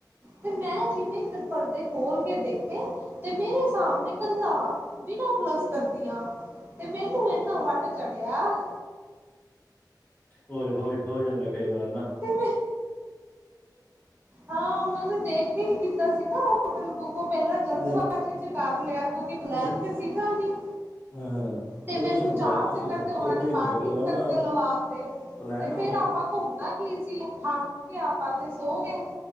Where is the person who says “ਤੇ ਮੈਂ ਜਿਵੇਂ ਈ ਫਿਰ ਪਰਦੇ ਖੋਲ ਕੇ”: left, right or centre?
Right